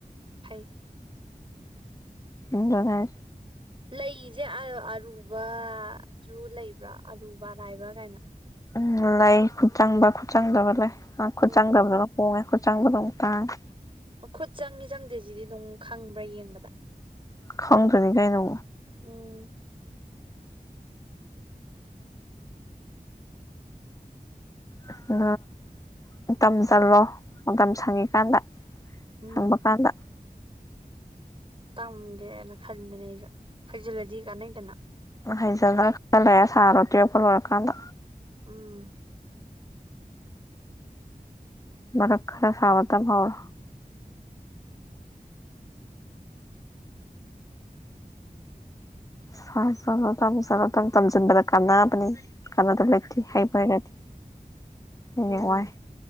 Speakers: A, on the right; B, on the left.
A: ꯐꯩ
B: ꯏꯟꯗꯅꯦ
A: ꯂꯩꯁꯦ ꯑꯔꯨꯕꯖꯨ ꯂꯩꯕ꯭ꯔꯥ ꯑꯔꯨꯕ ꯑꯔꯥꯏꯕ ꯀꯥꯏꯅ
B: ꯎꯝ ꯂꯩ ꯈꯨꯠ ꯆꯪꯕ ꯈꯨꯠꯆꯪꯗꯕ ꯂꯩ ꯈꯨꯠꯆꯥꯡꯗꯕꯗ
A: ꯎꯝ
B: ꯍꯣꯡꯉꯦ ꯈꯨꯠꯆꯥꯡꯕꯗꯣꯝ ꯇꯥꯡꯉꯦ
A: ꯈꯨꯠ ꯆꯪꯉꯤ ꯆꯪꯗꯦ ꯁꯤꯗꯤ ꯑꯗꯨꯝ ꯈꯪꯕ꯭ꯔꯥ ꯌꯦꯡꯕꯗ
B: ꯈꯪꯗ꯭ꯔꯅꯤ ꯀꯩꯅꯣ
A: ꯎꯝ
B: ꯑꯗꯨ ꯃꯇꯝ ꯆꯜꯂꯣ ꯃꯇꯝ ꯁꯪꯉꯤꯀꯥꯟꯗ
A: ꯎꯝ
B: ꯁꯪꯕ ꯀꯥꯟꯗ
A: ꯇꯝꯒꯦꯅ ꯈꯟꯕꯅꯦ ꯑꯩꯁꯨ ꯍꯩꯖꯤꯜꯂꯗꯤ ꯀꯥꯟꯅꯩꯗꯅ
B: ꯍꯩꯖꯜꯂꯒ ꯈꯜ ꯂꯩꯔꯦ ꯁꯥꯔꯣ ꯇꯦꯛꯛꯄ ꯂꯣꯏꯔꯀꯥꯟꯗ
A: ꯎꯝ
B: ꯔ ꯈꯔ ꯁꯕ ꯇ ꯐꯔ ꯆꯠꯂꯣ ꯇꯝ ꯆꯠꯂꯣ ꯇꯝ ꯇꯝꯁꯤꯟꯕꯗ ꯀꯥꯟꯕꯅꯤ ꯀꯥꯟꯅꯕ ꯂꯩꯇꯦ ꯍꯥꯏꯕ ꯍꯥꯏꯔꯗꯤ ꯅꯨꯡꯥꯏ
A: ꯎꯝ